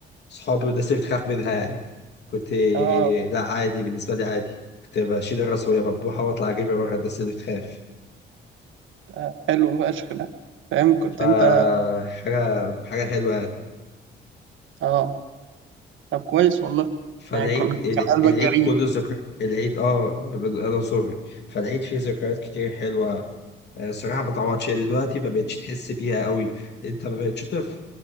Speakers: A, on the left; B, on the right.
A: صحابي والناس اللي بتخاف منها يعني كنت
B: اه
A: لا عادي بالنسبه لي عادي كنت بشيل الراس وهي مذبوحه واطلع اجري ورا الناس اللي بتخاف
B: آه، حلو فشخ ده فاهم كنت
A: فحاجه
B: انت
A: حاجه حلوه
B: اه طب كويس والله
A: فالعيد
B: يعني كنت
A: ال-
B: كان قلبك
A: العيد
B: جريء
A: كله ذكر العيد اه بال- انا سوري فالعيد فيه ذكريات كتير حلوه آه، صراحه ما تعوضش هي دلوقتي ما بقتش تحس بيها قوي انت ما بقتش طفل